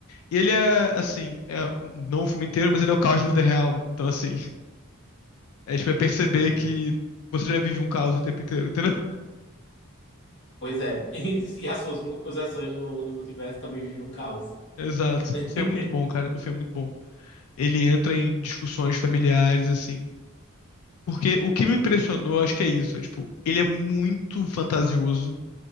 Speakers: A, on the left; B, on the left.
A: ele é assim, é, não o filme inteiro, mas ele é o caos da vida real. Então, assim, A gente vai perceber
B: <laughs> hum,
A: que você já vive um caos o tempo inteiro, entendeu? <laughs>
B: pois é. <laughs> E, as suas múltiplas versões no, no multiverso também vivem um caos.
A: Exato.
B: <laughs>
A: O filme é muito bom, cara. O filme é muito bom. Ele entra em discussões familiares, assim. Porque o que me impressionou, acho que é isso. É, tipo, ele é muito fantasioso